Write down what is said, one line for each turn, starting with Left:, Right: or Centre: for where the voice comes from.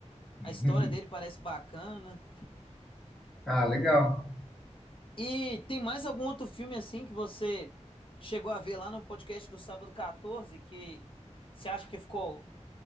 Centre: <laughs>
Left: A história dele parece bacana.
Centre: Ah, legal.
Left: E tem mais algum outro filme assim que você chegou a ver lá no podcast do sábado 14 que você acha que ficou,